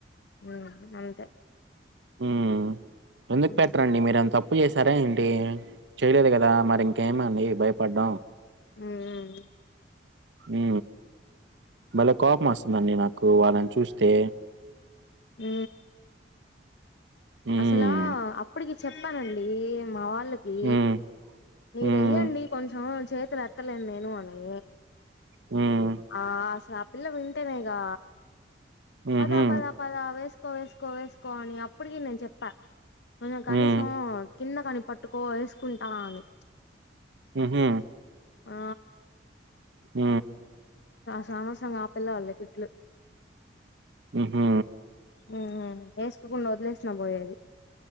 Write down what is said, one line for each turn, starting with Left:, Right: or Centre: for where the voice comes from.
Left: ఉ అంతే
Right: ఉ ఎందుకు
Left: ఉమ్
Right: పెట్టరండి మీరంత ప్పు చేసారా ఏంటి చెయలేదు కదా మరి ఇంకేమండి భయపడ్డం
Left: మ్ మ్
Right: ఉ మళ్ళా కోపం వస్తుందండి నాకు వాళ్ళని చూస్తే
Left: మ్
Right: ఉమ్
Left: అసలా అప్పటికి చెప్పానండి మా వాళ్ళకి
Right: ఉమ్
Left: మీరేయ్యండి
Right: ఉమ్
Left: కొంచెం చేతుల ఎత్తలేన్ నేను అనీ
Right: హ్మ్
Left: ఆ అసలు ఆ పిల్ల వింటేనేగా
Right: ఉహు
Left: పదా పదా పద వేస్ వెస్కొ వెస్కొ వెస్కొ అని అప్పటికి నేను చెప్పా కొంచెం కనీసం
Right: ఉమ్
Left: కింద కని పట్టుకో వేసుకుంటా అని
Right: హ
Left: ఆ
Right: హ
Left: సామాసం కాపెల్లా వెళ్ళ కిట్లు
Right: ఉహ్మ
Left: ఉహ్మ వేసుకోకుండ వదిలేసిన పోయేది